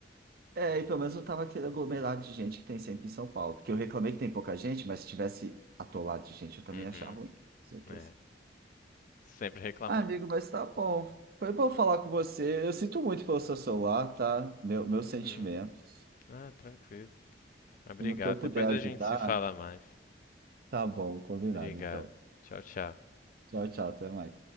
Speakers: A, on the right; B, on the left.
A: É, e pelo menos não tava aquele aglomerado de gente que tem sempre em São Paulo. Porque eu reclamei que tem pouca gente, mas se tivesse atolado de gente, eu também
B: Uhum.
A: ia achar ruim, com certeza.
B: É, sempre reclamando.
A: Ah, amigo, mas tá bom. Foi bom falar com você. Eu sinto muito pelo seu celular, tá? Meu, meus
B: Uhum.
A: sentimentos.
B: Ah, tranquilo. Obrigado.
A: E no que eu puder
B: Depois a
A: ajudar.
B: gente se fala mais.
A: Tá bom, combinado
B: Obrigado.
A: então.
B: Tchau, tchau.
A: Tchau, tchau, até mais.